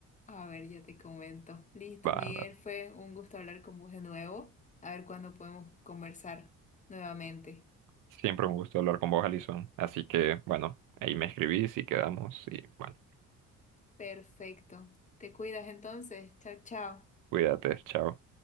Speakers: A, on the left; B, on the right.
A: A ver, ya te comento. Listo,
B: Va,
A: Miguel,
B: dale.
A: fue un gusto hablar con vos de nuevo. A ver cuándo podemos conversar nuevamente.
B: Siempre un gusto hablar con vos, Alison. Así que, bueno, ahí me escribís y quedamos y bueno,
A: Perfecto. Te cuidas entonces. Chao, chao.
B: cuídate, chao.